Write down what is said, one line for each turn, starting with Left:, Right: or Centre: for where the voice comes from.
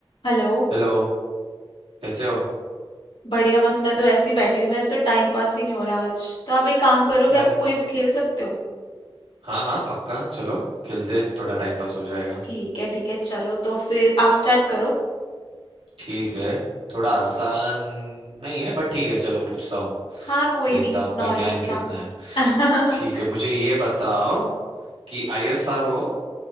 Left: Hello
Right: Hello कैसे हो
Left: बढ़िया बस मैं तो ऐसी बैठी हूँ मेरा तो टाइम पास ही नहीं हो रहा आज तो आप एक काम करो कि
Right: अरे
Left: आप क्विज खेल सकते हो
Right: हाँ हाँ पक्का चलो खेलते थोड़ा टाइम पास हो जाएगा
Left: ठीक है ठीक है चलो तो फिर आप स्टार्ट करो
Right: ठीक है थोड़ा आसान नहीं है बट ठीक है चलो पूछता हूँ
Left: हाँ कोई
Right: देखता
Left: नहीं
Right: हूँ आपका
Left: नॉर्मल
Right: ज्ञान
Left: सा
Right: कितना है
Left: <laughs> हम्म
Right: ठीक है मुझे ये बताओ कि आईएसआरओ